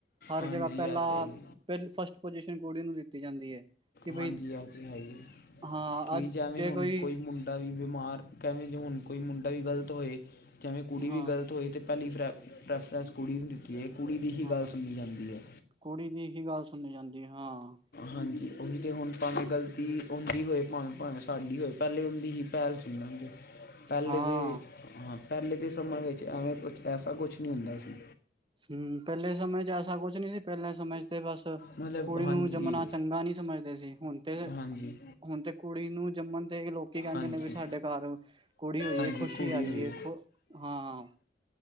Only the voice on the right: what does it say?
ਹਰ
ਜਗ੍ਹਾ ਪਹਿਲਾਂ,
ਪਹਿ ਫਸਟ ਪਜੀਸ਼ਨ ਕੁੜੀ ਨੂੰ ਦਿੱਤੀ ਜਾਂਦੀ ਹੈ। ਕਿ ਬਈ
ਹਾਂ
ਅ
ਜੇ
ਕੋਈ
ਹਾਂ
ਹਾਂ
ਕੁੜੀ ਦੀ ਹੀ ਗੱਲ ਸੁਣੀ ਨੀ ਜਾਂਦੀ ਆ ਹਾਂ।
ਹੂੰ
ਹਾਂ
ਹੂ ਪਹਿਲੇ ਸਮੇਂ ਚ ਐਸਾ ਕੁਝ ਨੀ ਸੀ ਪਹਿਲੇ ਸਮੇ ਤੇ ਬਸ
ਕੁੜੀ ਨੂੰ
ਜੰਮਣਾ ਚੰਗਾ ਨਹੀਂ ਸਮਝਦੇ ਸੀ ਹੁਣ ਤੇ
ਹੁਣ ਤੇ ਕੁੜੀ ਨੂੰ ਜੰਮਣ ਤੇ ਲੋਕੀ ਕਹਿੰਦੇ
ਨੇ ਵੀ ਸਾਡੇ ਘਰ ਕੁੜੀ ਹੋਈਏ
ਖੁਸ਼ੀ
ਆਈਏ।
ਖੁ ਹਾਂ